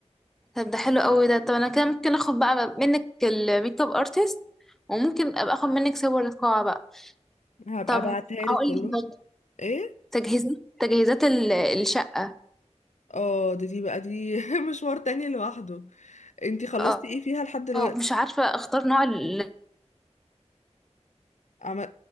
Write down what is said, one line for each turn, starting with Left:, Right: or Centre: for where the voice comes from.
Centre: طب ده حلو قوي ده طب انا كده ممكن اخد بقى منك الميك اب ارتست وممكن ابقى اخد منك صور القاعه بقى
Left: هبقى
Centre: طب
Left: ابعتها
Centre: هقول
Left: لك كلهم
Centre: لك
Left: ايه
Centre: تجهيزات تجهيزات ال- الشقة
Left: اه ده دي بقى دي <laughs> مشوار تاني لوحده انتي خلصتي
Centre: اه
Left: ايه فيها لحد دلوقتي
Centre: آه، مش عارفة اختار نوع اللي
Left: عم...